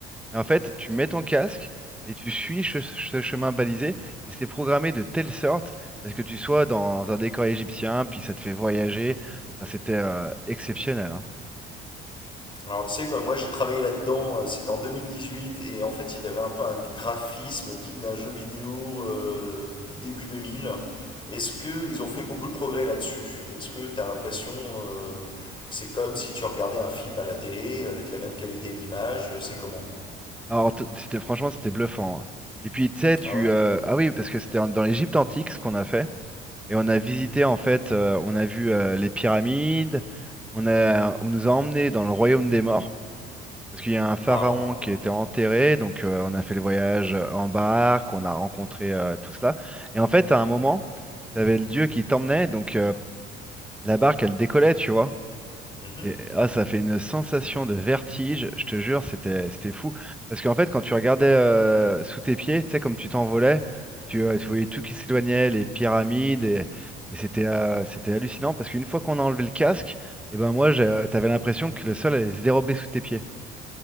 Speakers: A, in the centre; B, on the left.
A: Et en fait, tu mets ton casque et tu suis che- ce chemin balisé et c'est programmé de telle sorte à ce que tu sois dans un décor égyptien, puis ça te fait voyager. Enfin, c'était euh, exceptionnel. hein.
B: Alors tu sais quoi, moi j'ai travaillé là-dedans, euh, c'était en 2018 et en fait il y avait un peu un graphisme digne d'un jeu vidéo euh, début 2000. Est-ce que ils ont fait beaucoup de progrès là-dessus? Est-ce que tu as l'impression euh, que c'est comme si tu regardais un film à la télé avec la même qualité d'image, euh, c'est comment?
A: Alors, t- c'était franchement, c'était bluffant. hein. Et puis, tu sais, tu
B: Ah ouais?
A: euh, ah oui, parce que c'était en- dans l'Égypte antique ce qu'on a fait et on a visité en fait, euh, on a vu euh, les pyramides, on a, on nous a emmenés dans le royaume des morts. Parce qu'il y a un pharaon
B: Waouh.
A: qui était enterré, donc euh, on a fait le voyage euh, en barque, on a rencontré euh, tout cela. Et en fait, à un moment, tu avais le dieu qui t'emmenait, donc euh, la barque, elle décollait, tu vois.
B: Mhm,
A: Et ah, ça fait une sensation de vertige, je te jure, c'était c'était fou. Parce qu'en fait, quand tu regardais euh, sous tes pieds, tu sais, comme tu t'envolais, tu, euh,
B: mhm.
A: tu voyais tout qui s'éloignait, les pyramides, et, et c'était euh, c'était hallucinant. Parce qu'une fois qu'on a enlevé le casque, et ben moi, j'ai- t'avais l'impression que le sol allait se dérober sous tes pieds.